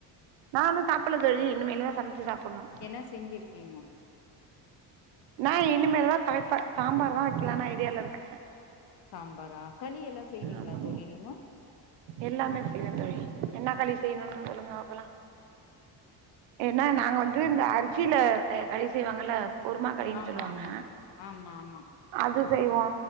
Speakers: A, on the right (about 80°); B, on the left (about 65°).
A: நானு சாப்புட்ல தோழி இன்மேலு தா சமச்சி சாப்புட்னு
B: என்ன செஞ்சிருக்கீங்க
A: நா இனிமேலு தா சமைப்ப சாம்பார் தா வெக்கலான்னு ஐடியால இருக்க
B: சாம்பாரா களி எல்லா செய்வீங்ளா
A: ஆமா
B: தோழி நீங்க
A: எல்லாமே செய்வே தோழி என்ன களி செய்ணுன்னு சொல்லுங்க பாக்கலா ஏன்னா நாங்க வந்து இந்த அரிசில க களி செய்வாங்கல்ல பொறுமா களின்னு
B: ஆமா
A: சொல்வாங்க
B: ஆமா ஆமா ஆமா
A: அது செய்வோ